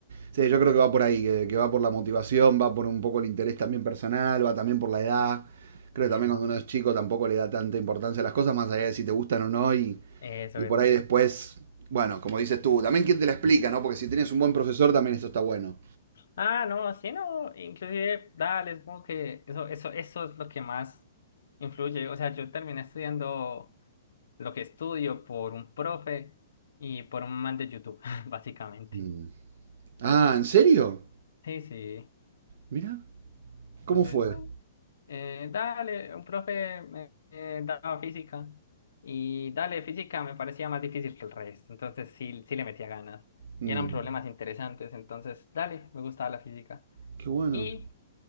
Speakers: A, on the right; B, on the left.
A: Sí, yo creo que va por ahí, que, que va por la motivación, va por un poco el interés también personal, va también por la edad. Creo que también
B: Epa,
A: cuando uno es chico tampoco le da tanta importancia a las cosas, más allá de si te gustan o no, y,
B: eso,
A: y
B: eso.
A: por ahí después, bueno, como dices tú, también quién te la explica, ¿no? Porque si tienes un buen profesor, también eso está bueno.
B: Ah, no, sí, no, inclusive, dale, supongo que eso, eso, eso es lo que más influye. O sea, yo terminé estudiando lo que estudio por un profe y por un man de YouTube, <laughs> básicamente.
A: Mm. Ah, ¿en serio?
B: Sí, sí.
A: Mira, ¿cómo
B: Entonces,
A: fue?
B: bueno, eh, dale, un profe me eh, daba física y dale, física me parecía más difícil que el resto, entonces sí, sí le metía ganas
A: Mm,
B: y eran problemas interesantes, entonces dale, me gustaba la física.
A: qué bueno.
B: Y